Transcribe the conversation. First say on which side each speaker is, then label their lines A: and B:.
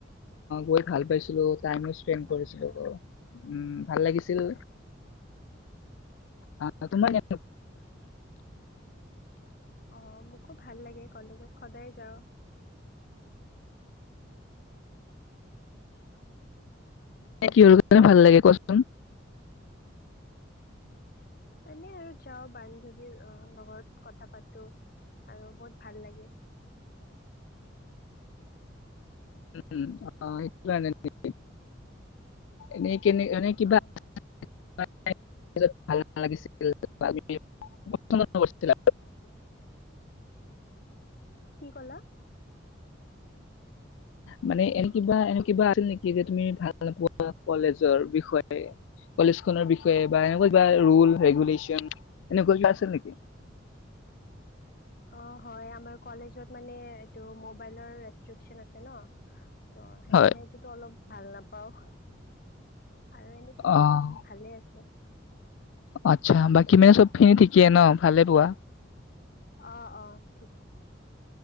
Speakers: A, on the left; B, on the left.
A: গৈ ভাল পাইছিলোঁ টাইমো স্পেণ্ড কৰিছিলো
B: আচ্ছা
A: আ উ ভাল লাগিছিল অ তোমাৰ
B: অ মোকো ভাল লাগে কলেজত সদায় যাওঁ
A: কিহৰ গানে ভাল লাগে কচোন
B: এনে আৰু যাও বান্ধৱী লগৰত কথা পাতো আৰু বহুত ভাল লাগে
A: উম অ সেইটোৰ কাৰণে এনে কেনে মানে কিবা
B: অ
A: ভাল ভাল লাগিছিল কৰিছিল
B: কি ক'লা
A: মানে এনে কিবা এনে কিবা আছিল নেকি যে তুমি ভাল নপোৱা কলেজৰ বিষয়ে কলেজ খনৰ বিষয়ে বা এনেকুৱা কিবা লো ৰেগুলেশচন এনেকুৱা কিবা আছিল নেকি
B: অ হয় আমাৰ কলেজত মানে এইটো মবাইলৰ ৰেষ্ট্ৰিকচন আছে ন চ' সেইকাৰণে
A: হয়
B: এইটোতো অলপ ভাল নাপাওঁ আৰু এনেতো
A: অ'
B: চব ভালে আছে উম
A: আচ্ছা বাকী মানে চব খিনি ঠিকেই ন ভালে পোৱা
B: অ অ ঠিকেই